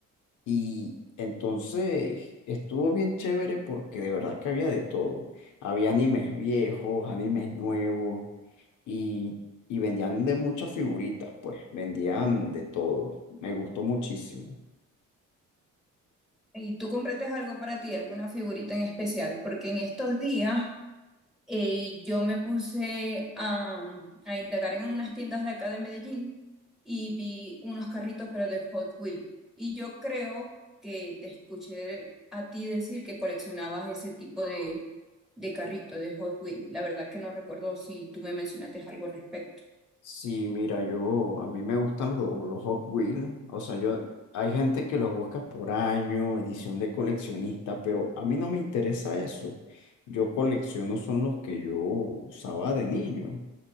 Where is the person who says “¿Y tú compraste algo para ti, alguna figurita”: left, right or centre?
Centre